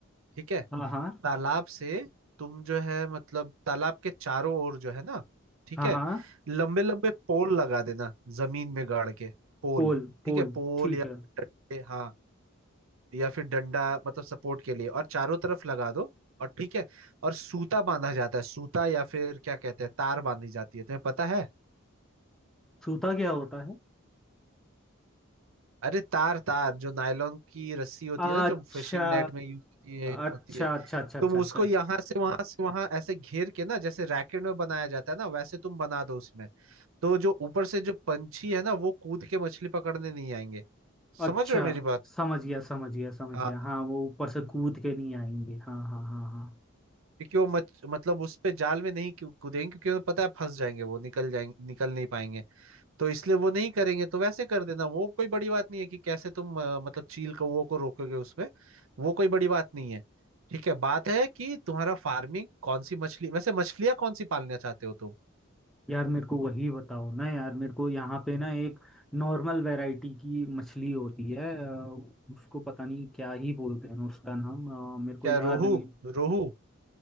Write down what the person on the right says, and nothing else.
ठीक है
तालाब से तुम जो है मतलब तालाब के चारों ओर जो है ना ठीक
है
लंबे लंबे पोल लगा देना जमीन में गाड़ के पोल
ठीक है पोल
या
डंडे हाँ या फिर डंडा मतलब सपोर्ट के लिए और चारों तरफ लगा दो और ठीक है और सूता बांधा जाता है सूता या फिर क्या कहते हैं तार बांधी जाती है तुम्हें पता है
अरे तार तार जो नायलॉन की रस्सी होती
है ना जो फिशिंग नेट में यूज होती है
होती है।
तुम
उसको यहाँ से वहां से वहां ऐसे घेर के ना जैसे रैकेट में बनाया जाता है ना वैसे तुम बना दो उसमें तो जो ऊपर से जो पंछी है ना वो कूद के मछली पकड़ने नहीं आएंगे समझ
रहे हो मेरी बात
हाँ
क्योंकि वो मच, मतलब उस पे जाल में नहीं क्यों कूदेंगे क्योंकि उन्हें पता है फंस जाएंगे वो निकल जाएंगे निकल नहीं पाएंगे तो इसलिए वो नहीं करेंगे तो वैसे कर देना वो कोई बड़ी बात नहीं है कि कैसे तुम अ, मतलब चील कौओं को रोकोगे उसमें वो कोई बड़ी बात नहीं है ठीक है बात है कि तुम्हारा फार्मिंग कौन सी मछली वैसे मछलियाँ कौन सी पालना चाहते हो तुम
क्या
रोहू
रोहू